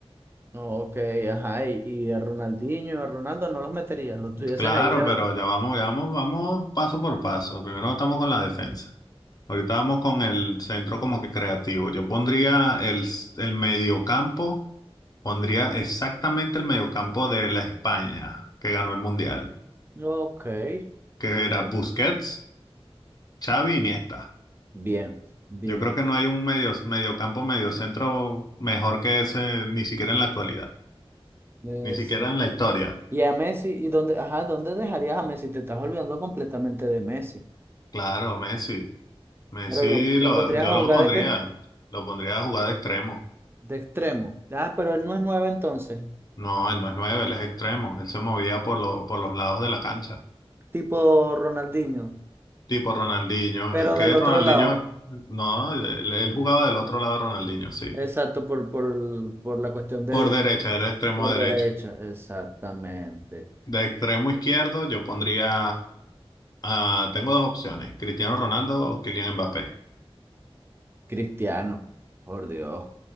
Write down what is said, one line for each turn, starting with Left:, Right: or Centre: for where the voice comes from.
Right: Ok, ajá, y, y a Ronaldinho y a Ronaldo no los meterías, los tuvieses
Left: Claro,
Right: ahí de...
Left: pero ya vamos, ya vamos, vamos paso por paso. Primero estamos con la defensa. Ahorita vamos con el centro como que creativo. Yo pondría el, s- el mediocampo, pondría exactamente el mediocampo de la España, que ganó el Mundial.
Right: Ok,
Left: que
Right: perfecto.
Left: era Busquets, Xavi, Iniesta.
Right: Bien, bien.
Left: Yo creo que no hay un medio, mediocampo, mediocentro mejor que ese, ni siquiera en la actualidad,
Right: Es-
Left: ni siquiera en la historia.
Right: Y a Messi, ¿y dónde, ajá, dónde dejarías a Messi? Te estás olvidando completamente de Messi.
Left: Claro, Messi. Messi
Right: Pero lo, lo
Left: lo,
Right: pondrías
Left: yo
Right: a
Left: lo
Right: jugar
Left: pondría,
Right: de qué?
Left: lo pondría a jugar de extremo.
Right: De extremo. Ah, pero él no es nueve entonces,
Left: No, él no es nueve, él es extremo. Él se movía por, lo- por los lados de la cancha.
Right: tipo Ronaldinho.
Left: Tipo Ronaldinho.
Right: Pero
Left: Es que
Right: del otro
Left: Ronaldinho,
Right: lado.
Left: no, él, él jugaba del otro lado de Ronaldinho, sí.
Right: Exacto, por, por, el- por la cuestión de...
Left: Por derecha, era extremo
Right: Por
Left: derecho.
Right: derecha, exactamente.
Left: De extremo izquierdo, yo pondría. ah, tengo dos opciones: Cristiano Ronaldo o Kylian Mbappé.
Right: Cristiano, por Dios,